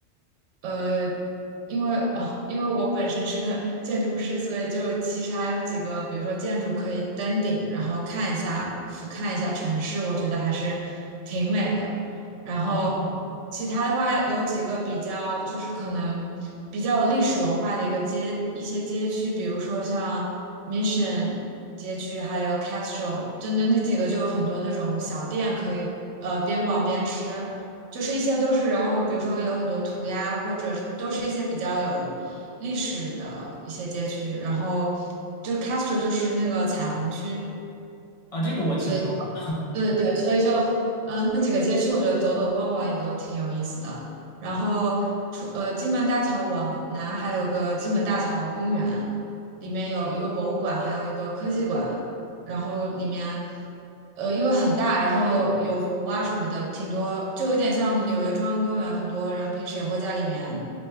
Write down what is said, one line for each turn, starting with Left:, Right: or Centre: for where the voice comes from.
Right: 呃，因为啊、因为我本身是个建筑师，所以就其实还有几个，比如说建筑可以登顶，然后看一下俯瞰一下城市，我觉得还是挺美的。然后其他的话，
Left: 哦，
Right: 有几个比较就是可能比较有历史文化的一个街一些街区，比如说像 Mission 街区，还有 Castro，真的那几个就有很多那种小店可以呃边逛边吃。就是一些都是，然后比如说有很多涂鸦，或者是都是一些比较有历史的一些街区，然后就是 Castro 就是那个彩虹区，
Left: 啊，这个我听说过
Right: 所以对对对，所以就那几个街区，我觉得走走逛逛也都挺有意思的。然后出呃，金门大桥往南还有个金门大桥公园，里面有一个博物馆，还有一个科技馆。然后里面呃，因为很大，然后有湖啊什么的，挺多，就有点像纽约中央公园。很多人平时也会在里面，